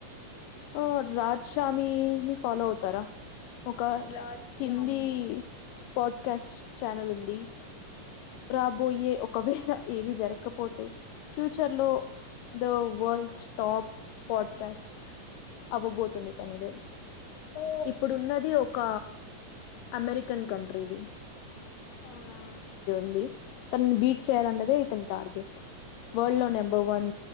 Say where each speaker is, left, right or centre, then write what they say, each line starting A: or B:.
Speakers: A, on the left; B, on the left.
A: అ రాజశ్యామీ నీ ఫాలో అవుతారా? ఒక
B: రాజ్
A: హిందీ
B: స్వామి
A: పాడ్కాస్ట్ ఛానల్ ఉంది
B: ఆ
A: రాబోయే ఒ ఒకవేళ ఏది జరగకపోతే ఫ్యూచర్ లో ద వరల్డ్ టాప్ పాడ్కాస్ట్ అవ్వబోతుంది తనదే
B: ఓ
A: ఇప్పుడున్నది ఒక అమెరికన్ కంట్రీది
B: అవునా
A: అడి తనను బీట్ చేయాలన్నదే అతని టార్గెట్ వర్ల్డ్ లో నెంబర్
B: ఓహ్!
A: వన్